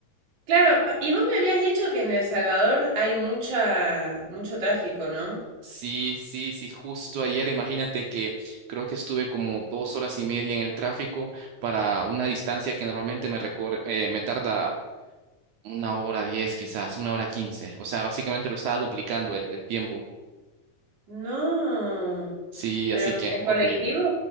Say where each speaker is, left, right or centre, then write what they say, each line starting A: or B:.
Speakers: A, on the right; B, on the right.
A: Claro, y vos me habías dicho que en El Salvador hay mucha, mucho tráfico, ¿no?
B: Sí, sí, sí, justo ayer, imagínate que creo que estuve como dos horas y media en el tráfico para una distancia que normalmente me, recor- eh, me tarda una hora diez quizás, una hora quince. O sea, básicamente lo estaba duplicando el, el tiempo.
A: No.
B: Sí,
A: ¿Pero
B: así que
A: en, en
B: horrible.
A: colectivo?